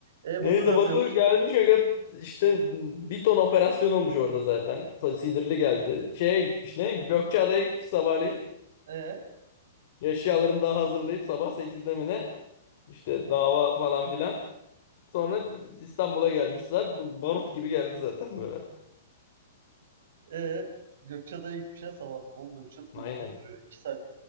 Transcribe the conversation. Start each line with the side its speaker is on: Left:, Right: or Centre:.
Right: E
Left: Neyse
Right: Batu ne yapıyormuş?
Left: Batu gelmiş aga işte bir ton operasyon olmuş orada zaten. So- Sinirli geldi. Şeye gitmiş ne? Gökçeada'ya gitmiş sabahleyin.
Right: E?
Left: Eşyalarını daha hazırlayıp sabah 8'de mi ne? İşte dava falan filan. Sonra İstanbul'a gelmiş zaten. Bu barut gibi geldi zaten böyle.
Right: Ee, Gökçeada'ya gitmişler sabah. Oğlum Gökçeada da
Left: Aynen.
Right: uzun sürüyor. 2 saat